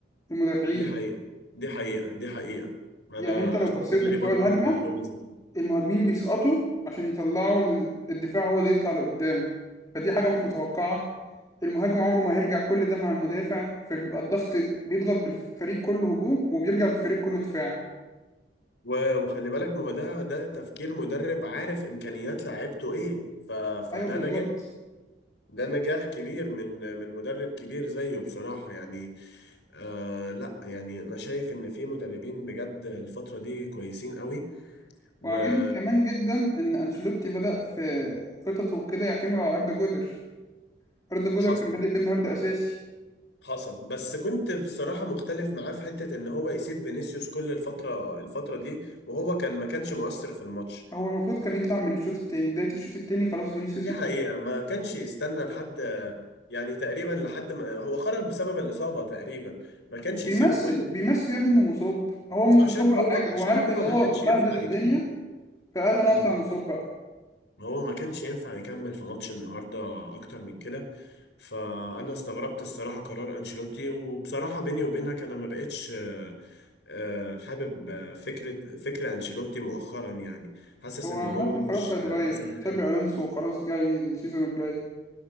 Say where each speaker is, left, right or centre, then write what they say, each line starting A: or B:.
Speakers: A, on the left; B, on the left.
A: المدافعين
B: دي حقيقة دي حقيقة دي حقيقة أنا
A: يعني انت لو
B: أخدت
A: بصيت
B: بالي
A: بطلوع
B: برضه
A: الهجمه
B: من معلومة زي
A: المهاجمين بيسقطوا عشان يطلعوا ال- الدفاع هو اللي يطلع لقدام فدي حاجه مش متوقعه المهاجم عمره ما هيرجع كل ده مع المدافع فبيبقى الضغط بيضغط بالفريق كله هجوم وبيرجع بالفريق كله دفاع
B: و- وخلي بالك ما هو ده ده تفكير مدرب عارف امكانيات لعيبته ايه ف... فده
A: ايوه بالظبط
B: نجاح ده نجاح كبير من من مدرب كبير زيه بصراحة يعني آه لا يعني انا شايف ان في مدربين بجد الفترة دي كويسين قوي وحصل
A: وعاجبني كمان جدا ان انشيلوتي بدأ في خططه كده يعتمد على اردا جولر اردا جولر
B: حصل
A: كان بادئ بالنهارده اساسي
B: حصل بس كنت بصراحة مختلف معاه في حتة ان هو يسيب فينيسيوس كل الفترة الفترة دي وهو كان ما كانش مؤثر في الماتش
A: هو المفروض كان يطلع من الشوط التاني بداية الشوط التاني خلاص فينيسيوس
B: دي
A: يتسحب
B: حقيقة ما كانش يستنى لحد يعني تقريبا لحد ما هو خرج بسبب الإصابة تقريبا ما كانش
A: وبيمثل
B: يسيبه كل
A: بيمثل يا ابني انه مصاب هو مش
B: عشان
A: مصاب
B: هو
A: على حاجة
B: عشان
A: هو عارف
B: هو
A: ان
B: ما
A: هو
B: كانش
A: بهدل
B: ينفع
A: الدنيا
B: يكمل
A: فقال انا
B: مم.
A: اطلع مصاب بقى
B: هو ما كانش ينفع يكمل في ماتش النهاردة أكتر من كده فأنا استغربت الصراحة قرار أنشيلوتي وبصراحة بيني وبينك أنا ما بقتش آه، آه، حابب آه، فكرة فكرة أنشيلوتي مؤخرا يعني حاسس
A: هو
B: إن
A: عامة
B: هو مش
A: خلاص هيتغير
B: أحسن
A: تشابي
B: حاجة
A: الونسو خلاص جاي السيزون الجاي